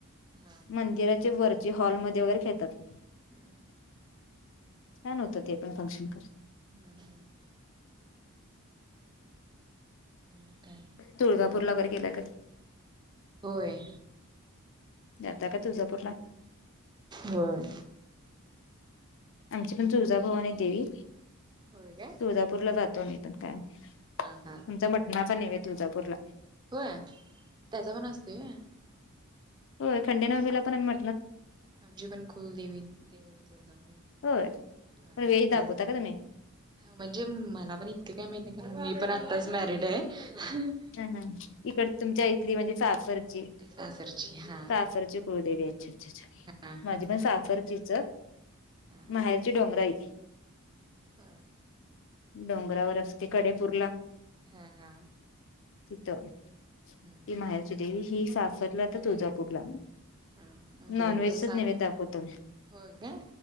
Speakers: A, on the right; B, on the left.
A: हा
B: मंदिराचे वर जे हॉलमध्ये वगैरे खेळतात.
A: हम्म
B: छान होतं ते पण फंक्शन खरं
A: हम्म हम्म आणि काय नाही.
B: तुळजापूर ला वैगेरे गेलाय कधी.
A: होय.
B: जाता का तुळजापूरला?
A: होय.
B: आमची पण तुळजाभवानी देवी
A: होय काय
B: तुळजा पुरला जातो आमी पण कायम.
A: हा हा.
B: आमचा मटनाचा नैवेद्य तुळजापूरला.
A: हो त्याचा पण असतोय होय?
B: होयं खंडे नवमीला पण आम्ही म
A: आमची पण कुलदेवी देव तुळजापूर.
B: होय
A: होय
B: पण वेळी दाखवता
A: माझ
B: का तुम्ही?
A: म्हणजे मला पण इतकं काय माहित नाही कारण मी पण आत्ताच मॅरिड हाय.
B: ह ह इकड तुमच्या इथली म्हणजे सासरची
A: सासरची हा
B: सासरची कुळदेवी हाय.
A: हा हा
B: माझी पण सासंरचीच
A: हा
B: माहेरची डोंगराई.
A: हा
B: डोंगरावर असते कडेपूरला.
A: हा हा
B: तिथं ती
A: हम्म हम्म
B: माहेर ची देेवी ही सासरला आता तुळजापूरला
A: हम्म म्हणजे
B: नॉन
A: बंधू
B: व्हेजच
A: सांग
B: निवेद दाखवतात.
A: होय का